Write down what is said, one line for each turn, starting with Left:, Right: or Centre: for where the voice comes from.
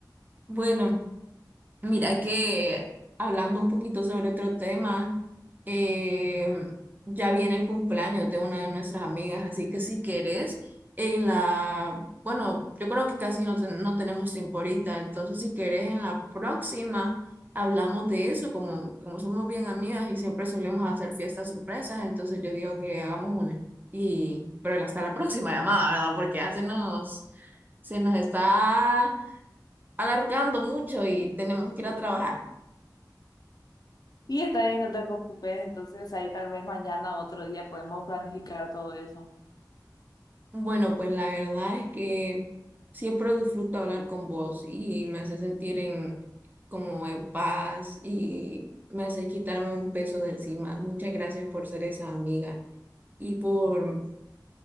Right: Bueno. Mira que hablando un poquito sobre otro tema, eh, ya viene el cumpleaños de una de nuestras amigas, así que si querés, en la, bueno, yo creo que casi no, ten- no tenemos tiempo ahorita, entonces si querés en la próxima hablamos de eso, como, como somos bien amigas y siempre solemos hacer fiestas sorpresas, entonces yo digo que hagamos una. Y, pero hasta la próxima llamada, ¿verdad? Porque ya se nos, se nos está alargando mucho y tenemos que ir a trabajar.
Left: Y está bien, no te preocupes. Entonces ahí tal vez mañana o otro día podemos planificar todo eso.
Right: Bueno, pues la verdad es que siempre disfruto hablar con vos y me hace sentir en como en paz y me hace quitarme un peso de encima. Muchas gracias por ser esa amiga y por